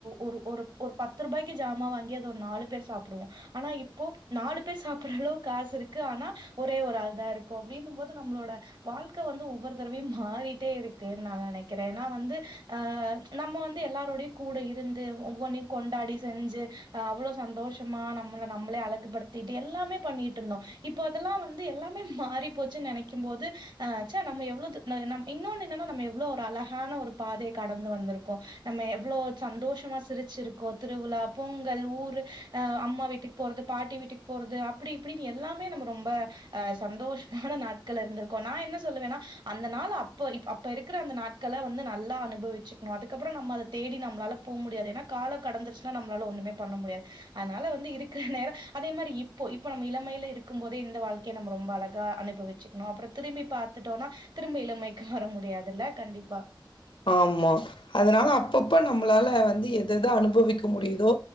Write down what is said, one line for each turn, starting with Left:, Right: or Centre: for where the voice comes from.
Right: ஒரு ஒரு ஒரு பத்து ரூபாய்க்கி ஜாம வாங்கி அது ஒரு நாலு பேர் சாப்புடுவோ ஆனா இப்போ நாலு பேர் சாப்புற அளவுக் காசு இருக்கு ஆனா ஒரே ஒரு ஆள்தா இருக்கோ அப்டின்னு போது நம்ளோட வாழ்க்க வந்து ஒவ்வொரு தரவியு மாறிட்டே இருக்குன் நா நெனக்கிற ஏனா வந்து ஆ நம்ம வந்து எல்லாருடையு கூட இருந்து ஒவ்வொன்னியு கொண்டாடி செஞ்சி ஆ அவ்ளோ சந்தோஷமா நம் நம்ள நம்மளே அழகுப்படுத்திட்டு எல்லாமே பண்ணிட்டு இருந்தோ இப்போ அதெல்லா வந்து எல்லாமே மாறி போச்சின் நெனைக்கு போது ஆ ச நம்ம எவ்ளோ து நம்ம இன்னொன்னு என்னனா நம்ம எவ்ளோ ஒரு அழகான ஒரு பாதைய கடந்து வந்திருக்கோ நம்ம எவ்ளோ சந்தோஷமா சிரிச்சிருக்கோ திருவிழா பொங்கல் ஊரு அ அம்மா வீட் டுக்கு போறது பாட்டி வீட்டுக்கு போறது அப்படி இப்பின்னு எல்லாமே நம்ம ரொம்ப ஆ சந்தோஷமான நாட்கள் இருந்திருக்கோ நா என்ன சொல்லுவேனா அந்த நாள அப்போ இப் அப்போ இருக்கிற அந்த நாட்கள வந்து நல்லா அனுபவிச்சுக்கணு அதுக்கப்புறோ நம்ம அத தேடி நம்மளால போக முடியாது ஏனா காலோ கடந்துருச்சுனா நம்மளால ஒண்ணுமே பண்ண முடியாது அதனால வந்து இருக் நேரோ அதே மாரி இப்போ இப்ப நம்ம இளமையில இருக்கு போதே இந்த வாழ்கையை நம்ம ரொம்ப அழகா அனுபவிச்சுக்கணு அப்புறோ திரும்பி பாத்துட்டோனா திரும்ப இளமைக்கு வர முடியாதுல்ல கண்டிப்பா
Left: ஆமா அதனால அப்பப்ப நம்மளால வந்து எத எத அனுபவிக்க முடியுதோ